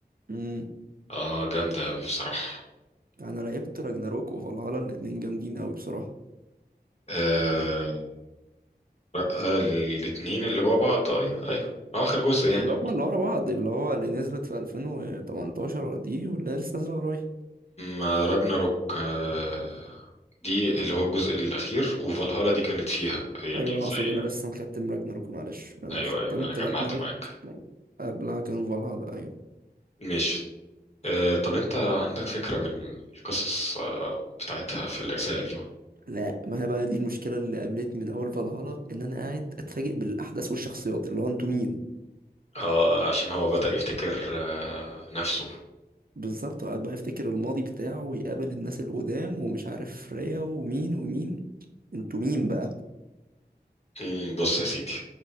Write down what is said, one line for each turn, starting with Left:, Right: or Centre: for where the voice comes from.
Right: امم
Left: اه جامدة اوي بصراحة
Right: انا لعبت راجناروك وفالهالا الاتنين جامدين قوي بصراحة
Left: آه آه، الاتنين اللي جوا بعض آه، ايوه ايوه آه، اخر جزء يعني
Right: اللي هما اللي ورا بعض اللي هو اللي نزلت في 2018 دي واللي لسه نازلة قريب
Left: ما راجناروك آه دي اللي هو الجزء الاخير وفالهالا دي كانت فيها يعني
Right: ايوه انا
Left: زي
Right: اقصد انا لسه مختم راجناروك معلش انا
Left: ايوه
Right: ختمت
Left: ايوه انا جمعت
Right: راجناروك
Left: معاك
Right: قبلها كان فالهالا ايوه
Left: ماشي آه طب انت عندك فكرة بالقصص آه بتاعتها في الاجزاء القديمة؟
Right: لا ما هي بقى دي المشكلة اللي قابلتني من أول فالهالا إن أنا قاعد أتفاجئ بالأحداث والشخصيات اللي هو أنتوا مين؟
Left: اه عشان هو بدأ يفتكر آه نفسه
Right: بالظبط وقعد بقى يفتكر الماضي بتاعه ويقابل الناس القدام ومش عارف ريا ومين ومين انتوا مين بقى
Left: مم، بص يا سيدي